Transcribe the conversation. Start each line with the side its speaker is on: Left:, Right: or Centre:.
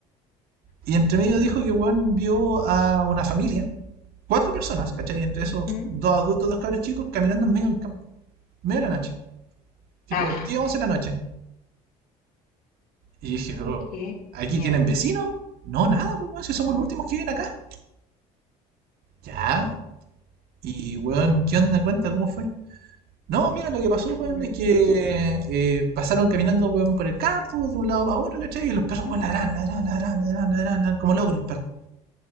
Right: Y entre medio dijo que weón vio a una familia, cuatro personas, ¿cachai? Entre esos
Left: Ujú.
Right: dos adultos, dos cabros chicos, caminando en medio del campo, medio de la noche, tipo
Left: Ah,
Right: 10, 11 de la noche. Y dije, oh,
Left: qué
Right: ¿aquí
Left: miedo.
Right: tienen vecinos? No, nada, pues weón, si somos
Left: Mm,
Right: los últimos que viven acá. Ya, y weón, ¿qué onda? Cuenta cómo fue. No, mira, lo que pasó, weón,
Left: mm.
Right: es que eh, pasaron caminando, weón, por el campo, de un lado a otro, ¿cachai? Y los perros,
Left: mm.
Right: weón, ladran, ladran, ladran, ladran, ladran, ladran, como locos los perros.